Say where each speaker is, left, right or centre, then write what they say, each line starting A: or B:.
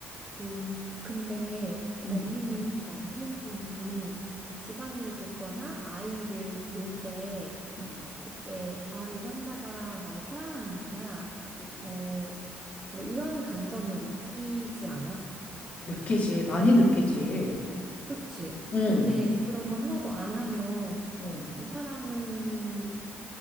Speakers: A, on the right (about 15°); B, on the left (about 30°).
A: 오. 근데
B: 음.
A: 언니는 남편분이 이렇게 집안일을 돕거나 아이를 볼 때,
B: 음.
A: 그때, 아, 이 남자가 나를 사랑하는구나.
B: 음.
A: 어, 뭐 이런 감정을 느끼지 않아?
B: 느끼지, 많이 느끼지.
A: 그치?
B: 응,
A: 근데 그런 걸 하나도 안 하면
B: 응,
A: 이 사람은